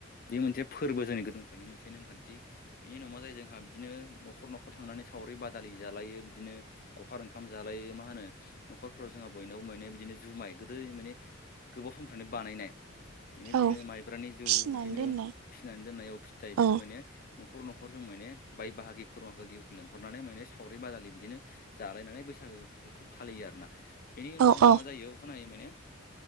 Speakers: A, on the left; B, on the right.
A: बे मोनसे फोरबो जोंनि गोदों मोनसे नेमखान्थि बिनि उनाव मा जायो जोंहा बिदिनो न'खर न'खर थांनानै सावरि बादालि जालायो बिदिनो लावखार ओंखाम जालायो मा होनो न'खरफोराव जोंहा बयनावबो माने बिदिनो जुमाय गोदै माने गोबाव समनिनो बानायनाय बिदिनो
B: औ
A: माइब्रानि जौ
B: फिसिनानै
A: बिदिनो
B: दोननाय
A: फिसिनानै दोननायाव फिथाइ बेफोरखौ
B: औ
A: मानो न'खर न'खर जों माने बाय बाहागि खुरमाफोरखौ लेंहरनानै माने सावरि बादालि बिदिनो जालायनानै बैसागो बैसागोखौ फालियो आरोना बेनि उनाव
B: औ
A: जोंहा
B: औ
A: मा जायो अखानायैनो